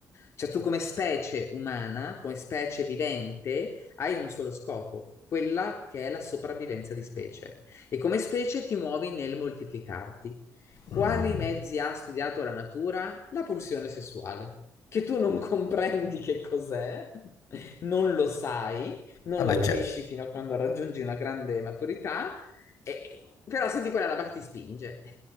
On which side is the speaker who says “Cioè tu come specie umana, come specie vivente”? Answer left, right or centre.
Left